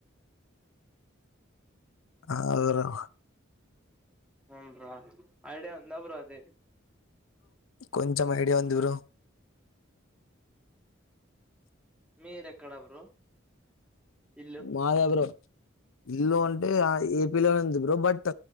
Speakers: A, on the left (about 80°); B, in the centre.
A: ఆగరా
B: అవున్ బ్రో ఐడియా ఉందా బ్రో అది
A: కొంచం ఐడియా ఉంది బ్రో
B: మీర్ ఎక్కడ బ్రో ఇల్లు
A: మాద బ్రో ఇల్లు అంటే
B: ఆ
A: ఏపీలోనే ఉంది బ్రో బట్